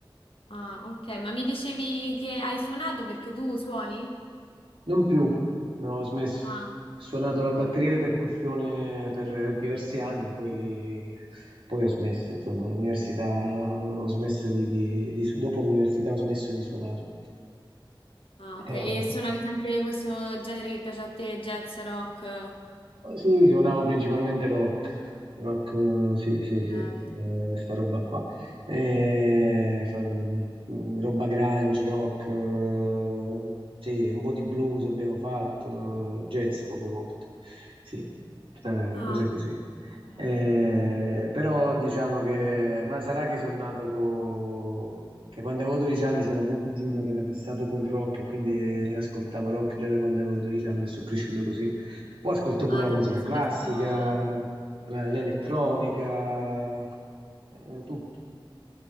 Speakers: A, on the left; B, on the right.
A: ah, ok, ma mi dicevi che hai suonato perché tu suoni?
B: non più, no, ho smesso.
A: Ah,
B: Ho suonato la batteria
A: ok.
B: e le percussioni per diversi anni, poi, poi ho smesso, insomma, l'università, ho smesso di, di- di- dopo l'università ho smesso di suonare,
A: Ah,
B: però
A: ok, e
B: sì.
A: suonavi sempre questo genere che piace a te, jazz, rock?
B: Sì, suonavo principalmente rock, rock, eh, sì, sì, sì,
A: Eh,
B: eh, questa roba qua. Eh, fa- mm, roba grunge, rock, eh, sì, un po' di blues abbiamo fatto, eh, jazz poche volte, sì, eh,
A: Ah,
B: cose così.
A: ok.
B: Eh, però diciamo che, ma sarà che sono nato co- che quando avevo 12 anni c'era mio cugino che era fissato col rock e quindi ascoltavo rock già da quando avevo 12 anni e sono cresciuto così. Poi ascolto
A: Ah,
B: pure la
A: t'aveva
B: musica
A: smesso...
B: classica, la- l'elettronica,
A: Ok,
B: eh, tutto.